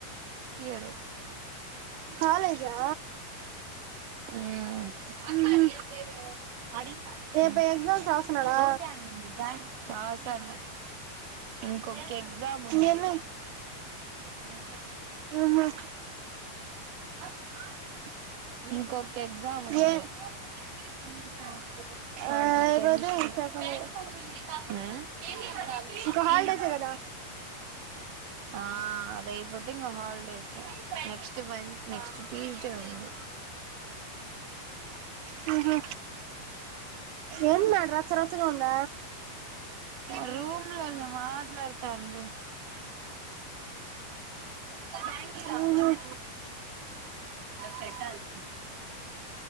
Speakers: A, on the right; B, on the right.
A: టీ ఇయర్
B: కాలేజా
A: ఆ అక్కా
B: ఉహు
A: అడిగియ ఎదో అడిగిన అంతే
B: రేపు ఎగ్జామ్స్ రాస్తున్నాడా
A: ఓకే అనింది రాస అండి ఇంకొకే ఎగ్జామ్ ఉంది
B: ఎన్ని
A: మా అన్న
B: ఆహా
A: ఆ చెప్పు ఇంకా ఎగ్జామ్ ఉంది
B: ఏ
A: <unintelligible>
B: ఆ
A: వాడికి
B: రేపైతే
A: కెమిస్ట్రీ
B: సెకండ్
A: బ్యాంకు
B: ఇయర్.
A: పని ఉంది కాకపోతే ఆ నేను
B: ఇంకా
A: ఈయ్య
B: హాలిడేసే కదా
A: ఆ అయిపోతే ఇగ హాలిడేస్ నెక్స్ట్ నెక్స్ట్ ట్యూస్డే ఉంది
B: ముహు ఏన్మాత్ర రాత్రకు ఉంద ఏంది ఆడ రచ్చరచ్చ గుంది
A: రూమ్ల మాట్లాడతండ్రు బ్యాంకిలో
B: ఉహు
A: అకౌంట్ పెట్టాలె